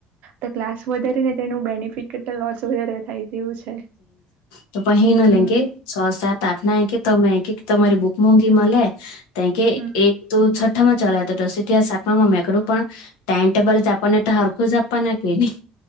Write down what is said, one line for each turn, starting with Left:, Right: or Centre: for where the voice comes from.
Right: તો ક્લાસ વધારે ને તેનું બેનિફિટ કતા લોસ વધારે થાય તેવું છે.
Left: તો પહી ના
Right: હમ.
Left: લેગે છ સાત આઠ ના કે તમે કે તમારી બુક મોંગી મલે તો કે
Right: હમ
Left: એક તો છ થામાં ચલાવતો <unintelligible> ત્યાં સાતમામાં મેકડું પણ ટાઈમટેબલ જ આપને તો હરખું જ આપપવાના કે ની